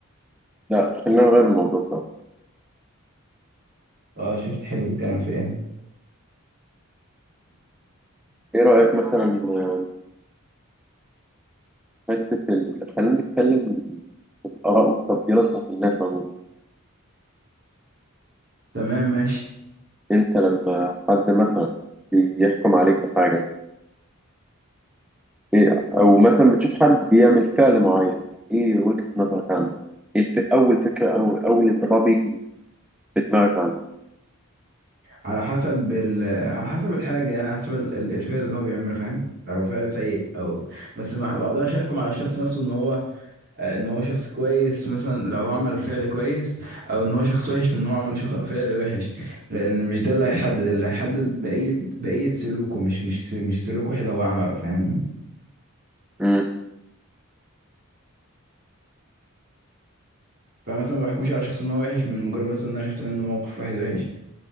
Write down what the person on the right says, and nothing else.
اه شوف تحب تتكلم في ايه
تمام ماشي
على حسب ال... على حسب الحاجة يعني على حسب ال- ال- الفعل اللي هو بيعمله فاهم؟ لو فعل سيء او بس ما ما اقدرش احكم على الشخص نفسه ان هو آه، ان هو شخص كويس مثلا لو هو عمل فعل كويس او ان هو شخص وحش من ان هو عمل شخ... فعل وحش لان مش ده اللي هيحدد اللي هيحدد بقية بقية سلوكه مش مش مش سلوك واحد هو عمله فاهمني
فمثلا ما بحكمش على شخص ان هو وحش من مجرد مثلا ان انا شفت منه موقف واحد وحش